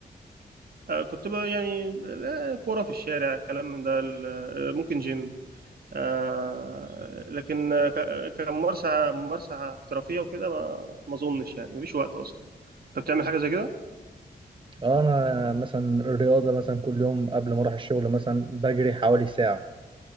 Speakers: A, on the right; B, on the right.
A: آه كنت بقى يعني لا، كوره في الشارع الكلام من ده ال- آه، ممكن جيم آه لكن آه، ك- كممارسه ممارسه احترافيه وكده ما ما اظنش يعني مفيش وقت اصلا انت بتعمل حاجه زي كده
B: اه انا مثلا الرياضة مثلا كل يوم قبل ما اروح الشغل مثلا بجري حوالي ساعة